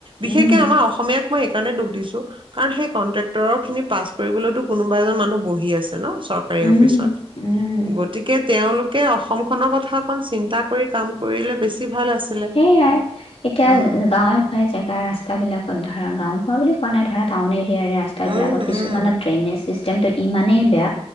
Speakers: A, on the right; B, on the left.
A: বিশেষকে
B: উম
A: আমাৰ অসমীয়াক মই দুখ দিছো কাৰণ সেই কন্ট্ৰে্টৰ খিনি পাছ কৰিবলৈো কোনবা এজন মানুহ বহি আছোঁ ন চৰকাৰী
B: উম,
A: অফিচত,
B: উম,
A: গতিকে তেওঁলোক অসম খনৰ কথা অকণ চিন্তা কৰি কাম কৰিলে বেছি ভাল আছিলে।
B: সেইয়াই। এতিয়া
A: উম,
B: গাঁৱে-ভূঞে জেগা ৰাস্তা বিলাকত ধৰ ধৰা গাঁওবোঢ়া বুলি কোৱা নাই ধৰা টাউনে ইয়াৰে ৰাস্তা
A: উম,
B: বিলাকত কিছুমানত
A: উম,
B: ড্ৰেইনেজ চিছ চিষ্টেমটো ইমানেই বেয়া